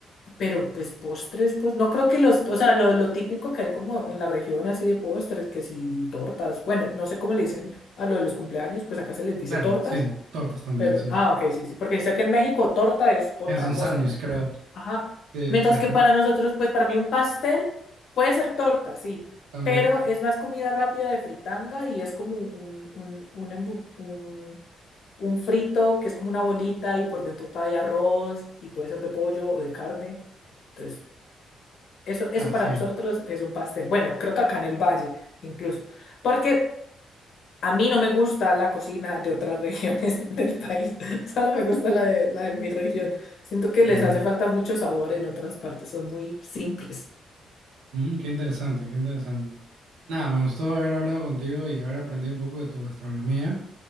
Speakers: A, on the left; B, on the right.
A: Pero pues postres, pues no creo que los, o sea, lo, lo típico que hay como en la región así de postres, que si tortas, bueno, no sé cómo le dicen a lo de los cumpleaños, pues acá se les dice
B: Claro,
A: tortas,
B: sí, tortas también,
A: pero,
B: sí.
A: ah, ok, sí, sí, porque sé que en México torta es otra
B: Es un
A: cosa,
B: sándwich,
A: ya.
B: creo.
A: Ajá.
B: Sí,
A: Mientras
B: <laughs>
A: que para nosotros, pues para mí un pastel puede ser torta, sí,
B: también.
A: pero es más comida rápida de fritanga y es como un, un, un, embu- un, un frito que es como una bolita y por dentro trae arroz y puede ser de pollo o de carne. Entonces, eso,
B: Ah,
A: eso para
B: sí.
A: nosotros es un pastel. Bueno, creo que acá en el Valle, incluso. Porque a mí no me gusta la cocina de otras <laughs> regiones del país. Solo me gusta la de, la de mi región. Siento que les
B: Mira.
A: hace falta mucho sabor en otras partes. Son muy simples.
B: Mm, qué interesante, qué interesante. Nada, me gustó haber hablado contigo y haber aprendido un poco de tu gastronomía.